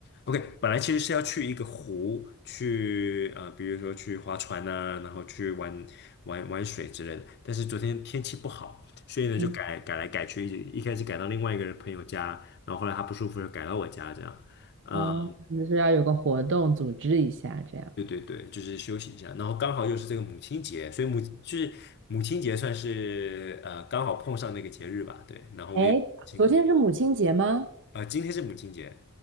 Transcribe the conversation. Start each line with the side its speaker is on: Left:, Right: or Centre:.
Left: ，OK，本来其实是要去一个湖去，呃，比如说去划船呐、然后去玩玩玩水之类的。但是昨天天气不好，所以呢就改改来改去，
Right: 嗯
Left: 一一开始改到另外一个朋友家，然后后来他不舒服就改到我家这样。嗯，
Right: 啊，就是要有个活动组织一下这样。
Left: 对对对，就是休息一下，然后刚好又是这个母亲节，所以母就是母亲节算是呃刚好碰上那个节日吧，对，然后我也。
Right: 哎，
Left: 请。
Right: 昨天是母亲节吗？
Left: 啊，今天是母亲节，